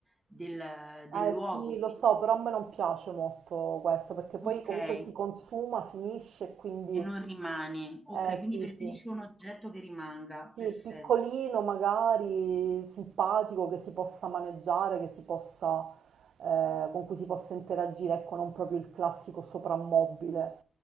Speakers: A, in the centre; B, on the right.
A: del- del
B: Eh
A: luogo.
B: sì,
A: Quindi,
B: lo so, però a me non piace molto questo perché poi
A: ok,
B: comunque
A: e
B: si consuma, finisce, quindi
A: non rimane. Ok,
B: eh
A: quindi
B: sì,
A: preferisco
B: sì.
A: un oggetto che rimanga.
B: Sì,
A: Perfetto.
B: piccolino, magari simpatico, che si possa maneggiare, che si possa, eh, con cui si possa interagire, ecco, non proprio il classico soprammobile.